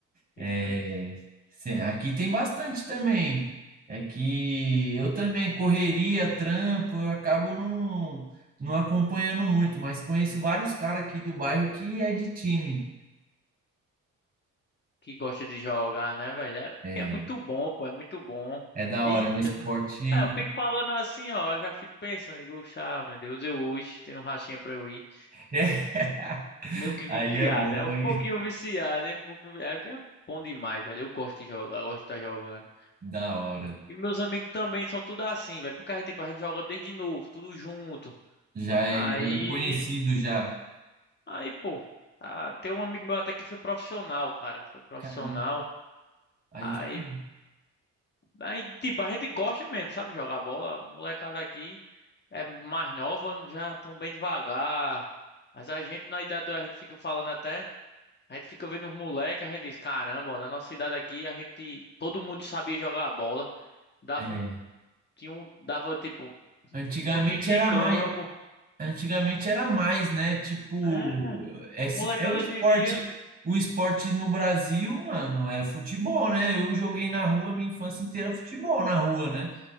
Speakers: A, on the right; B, on the left.
A: É,
B: isso mesmo.
A: cê- aqui tem bastante também. É que eu também correria, trampo, eu acabo não, não acompanhando muito, mas conheço vários caras aqui do bairro que é de time.
B: Que gosta de jogar, né, velho? É,
A: É,
B: que é muito bom, pô, é muito bom.
A: É da
B: Ixi,
A: hora, é um esporte.
B: eu, não- é, eu fico falando assim, ó, eu já fico pensando, digo, "Chá, meu Deus, eu hoje tendo um rachinha pra eu ir.
A: <laughs>
B: Meio que viciado,
A: Aí é bom,
B: né? Um
A: hein?
B: pouquinho viciado, né? Um pouquinho, é que é bom demais, velho. Eu gosto de jogar, eu gosto de estar jogando.
A: Da hora.
B: E meus amigos também são tudo assim, velho. Porque a gente, tipo, a gente joga desde novo, tudo junto.
A: Já é,
B: Aí,
A: já é conhecido já.
B: aí, pô, ah, tem um amigo meu até que foi profissional, cara, foi profissional.
A: Caramba, aí
B: Aí,
A: sim.
B: aí, tipo, a gente gosta mesmo, sabe, de jogar bola. A molecada aqui é mais nova, já tão bem devagar. Mas a gente, na idade, da- a gente fica falando até, a gente fica vendo os moleques, a gente diz, caramba, ó, da nossa idade aqui, a gente, todo mundo sabia jogar bola. Dava
A: é.
B: um, tinha um, dava, tipo,
A: Antigamente
B: um time de
A: era
B: campo.
A: mais, antigamente era mais, né? Tipo,
B: É,
A: esse
B: molecada
A: é o esporte,
B: hoje em dia,
A: o esporte no Brasil, mano, é futebol, né? Eu joguei na rua minha infância inteira futebol na rua, né?